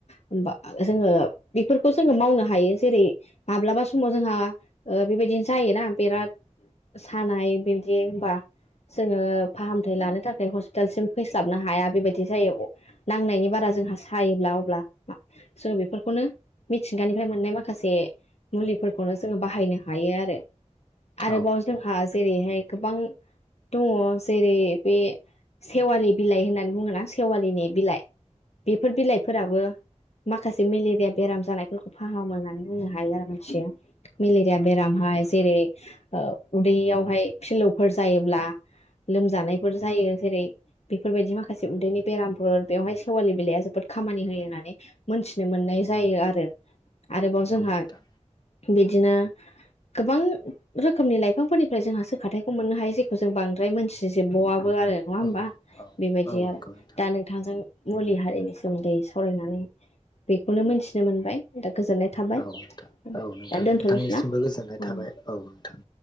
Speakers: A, on the left; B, on the left.
A: होमबा जोङो बेफोरखौ जोङो मावनो हायो, जेरै माब्लाबा समाव जोंहा ओ बेबायदिनो जायोना बेराद सानाय बिबादि होनबा जोङो फाहामथाय लानो थाखाय हस्पिटालसिम फैस्लाबनो हाया बेबायदि जायो। अ नांनायनि बारा जोंहा सायोब्ला अब्ला जोङ बेफोरखौनो मिथिंगानिफ्राय मोननाय माखासे मुलिफोरखौनो जोङो बाहायनो हायो आरो।
B: औ
A: आरोबाव जोंहा जेरैहाय गोबां दङ जेरै बे सेवालि बिलाइ होननानै बुङोना सेवालिनि बिलाइ बेफोर बिलाइफोराबो माखासे मेलेरिया बेराम जानायफोरखौ फाहामो होननानै बुंनो हायो आरो मानसिया मेलेरिया बेराम। हाय जेरै ओ उदैयावहाय फिलौफोर जायोब्ला लोमजानायफोर जायो जेरै बेफोरबायदि माखासे उन्दैनि बेरामफोर बेवहाय सेवालि बिलाइआ जोबोद खामानि होयो होननानै मोनथिनो मोननाय जायो आरो। आरोबाव जोंहा
B: नोंथां
A: बिदिनो गोबां रोखोमनि लाइफांफोरनिफ्राय जोंहाासोखथायखौ मोननो हायो जेखौ जों बांद्राय मोनथिजोबबावआबो आरो। नङा
B: औ
A: होमबा
B: औ
A: बेबायदि
B: औ नंगौ
A: आरो
B: नोंथां
A: दा नोंथांजों मुलि हारिनि सोमोन्दै सावरायनानै बेखौनो मोनथिनो मोनबाय। दा गोजोननाय थाबाय
B: औ नोंथां औ
A: दा
B: नोंथां
A: दोनथ'नोसै
B: नोंथांनिसिमबो
A: ना
B: गोजोननाय
A: औ
B: थाबाय औ नोंथां।